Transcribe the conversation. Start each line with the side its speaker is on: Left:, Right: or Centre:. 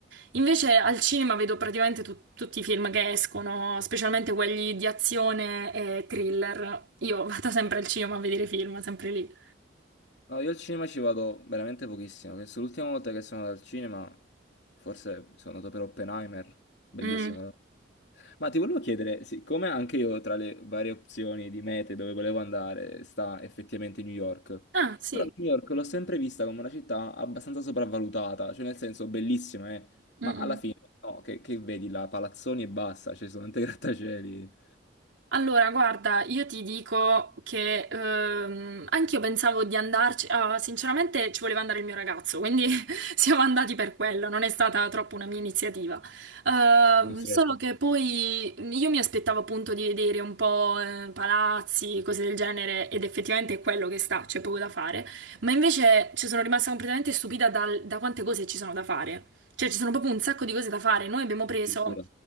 Right: Invece al cinema vedo praticamente tu- tutti i film che escono, specialmente quelli di azione e thriller. Io <laughs> vado sempre al cinema a vedere film, sempre lì.
Left: No, io al cinema ci vado veramente pochissimo. Penso l'ultima volta che sono andato al cinema, forse sono andato per Oppenheimer, bellissimo.
Right: Mm.
Left: però. Ma ti volevo chiedere, siccome anche io tra le varie opzioni di mete dove volevo andare sta effettivamente New York,
Right: Ah, sì.
Left: però New York l'ho sempre vista come una città abbastanza sopravvalutata, cioè nel senso bellissima, eh,
Right: Mm,
Left: ma alla
Right: mm.
Left: fine no, che, che vedi là, palazzoni e basta, ci sono tanti grattacieli,
Right: Allora, guarda, io ti dico che ehm, anch'io pensavo di andarci, ah, sinceramente ci voleva andare il mio ragazzo, quindi <laughs> siamo andati per quello, non è stata troppo una mia iniziativa. Ehm,
Left: Costretto.
Right: solo che poi io mi aspettavo appunto di vedere un po' eh, palazzi, cose del genere, ed effettivamente è quello che sta, c'è poco da fare, ma invece ci sono rimasta completamente stupita dal- da quante cose ci sono da fare. Cioè, ci sono proprio un sacco di cose da fare. Noi abbiamo preso
Left: addirittura.